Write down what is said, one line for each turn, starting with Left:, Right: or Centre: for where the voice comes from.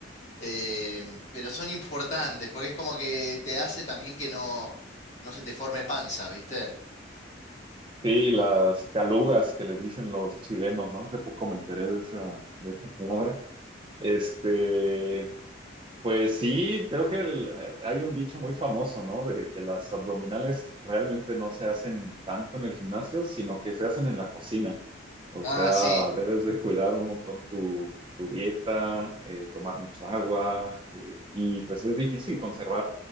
Left: eh, pero son importantes, porque es como que te hace también que no, no se te forme panza, ¿viste?
Right: Sí, las calugas que les dicen los chilenos, ¿no? Hace poco me enteré de esa, de esa palabra. Este, pues sí, creo que el- hay un dicho muy famoso, ¿no? De que las abdominales realmente no se hacen tanto en el gimnasio, sino que se hacen en la cocina. O
Left: Ah,
Right: sea,
Left: sí.
Right: debes de cuidar un montón tu, tu dieta, eh, tomar mucha agua, eh, y pues es difícil conservar